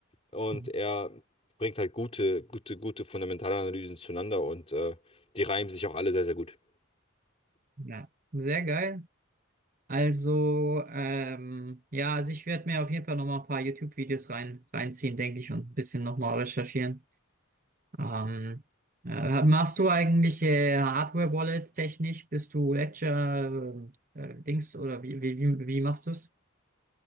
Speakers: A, on the left; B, on the right.
A: Und
B: Hm.
A: er bringt halt gute, gute, gute fundamentale Analysen zueinander und äh, die reimen sich auch alle sehr, sehr gut.
B: Ja, sehr geil. Also, ähm, ja, also ich werde mir auf jeden Fall nochmal ein paar YouTube-Videos rein, reinziehen, denke ich, und ein bisschen nochmal recherchieren. Ähm, äh, machst du eigentlich äh, Hardware-Wallet technisch? Bist du Ledger, äh, äh, Dings oder wie, wie, wie, wie machst du es?